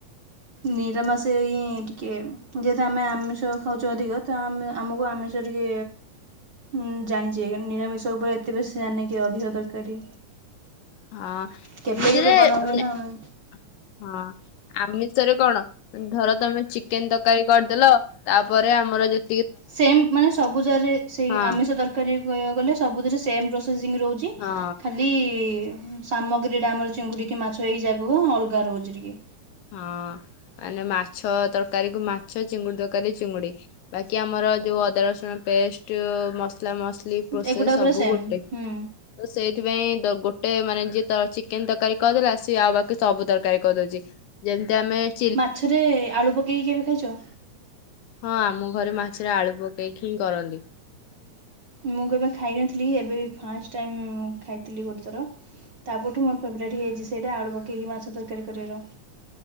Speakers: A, on the right; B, on the left.
A: ନିରମାସେ ହିଁ ଟିକେ ଯେହେତୁ ଆମେ ଆମିଷ ଖାଉଛୁ ଅଧିକ ତ ଆମକୁ ଆମିଷ। ଶ ଟିକେ। ଉଁ ଜାଣିଛି ନିରାମିଷ ଉପରେ ଏତେ ବେଶୀ ଜାଣିନି କିି ଅଧିକ ତରକାରୀ।
B: ହଁ
A: କେବେ
B: ଏମିତିରେ
A: କେବେ
B: ଏବେନା
A: ବନା ହୁଏ ନା
B: ହଁ। ଆମିଷରେ କଣ ଧର ତମେ ଚିକେନ ତରକାରୀ କରିଦେଲ ତାପରେ ଆମର ଯେ।
A: ସେମ୍ ମାନେ ସବୁଜରେ ସେଇ
B: ହଁ
A: ଆମିଷ ତରକାରୀ କହିବାକୁ ଗଲେ ସବୁଥିରେ ସେମ୍ ପ୍ରୋସେସିଙ୍ଗ୍ ରହୁଛି।
B: ହଁ
A: ଖାଲି ସାମଗ୍ରୀ ଟା ଆମର ଚିଙ୍ଗୁଡିକି ମାଛ ଏଇଯାକକ ଅଲଗା ରହୁଚି ଟିକେ।
B: ହଁ ମାନେ ମାଛ ତରକାରୀ କୁ ମାଛ ଚିଙ୍ଗୁଡି ତରକାରୀ ଚିଙ୍ଗୁଡି। ବାକି ଆମର ଯୋଉ ଅଦା ରସୁଣ ପେଷ୍ଟ ମସଲା ମସଲି। ଲି ପ୍ରୋସେସ୍
A: ଏଗୁଡ଼ା
B: ସବୁ
A: ପୁରା ସେମ୍
B: ଗୋଟେ।
A: ହୁଁ
B: ତ ସେଇଥିପାଇଁ ଗୋଟେ ମାନେ ଯିଏ ତ ଚିକେନ ତରକାରୀ କରିଦେଲା ସିଏ ଆଉ ବାକି ସବୁ ତରକାରୀ କହିଦଉଛି। ଯେମିତି ଆମେ।
A: ମାଛରେ ଆଳୁ ପକେଇକି କେବେ ଖାଇଛ।
B: ହଁ ଆମ ଘରେ ମାଛରେ ଆଳୁ ପକେଇକି ହିଁ କରନ୍ତି।
A: ମୁଁ କେବେ ଖାଇନଥିଲି ଏବେ ଫାଷ୍ଟ ଟାଇମ୍ ମୁଁ ଖାଇଥିଲି ଗୋଟେ ଥର। ତା ପରଠୁ ମୋ ଫେଭରେଟ୍ ହେଇଯାଇଛି ସେଇଟା ଆଳୁ ପକେଇକି ମାଛ ତରକାରୀ କରିବାର।